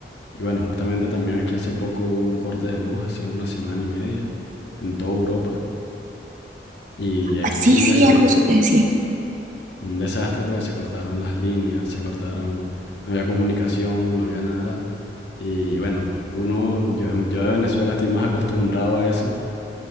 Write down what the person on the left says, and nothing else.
y bueno, justamente también aquí hace poco hubo un corte de luz, hace una semana y media, en toda Europa. Y aquí
fue un
desastre.
Un desastre porque se cortaron las líneas, se cortaron, no había comunicación, no había nada. Y bueno, uno, yo, yo de Venezuela estoy más acostumbrado a eso,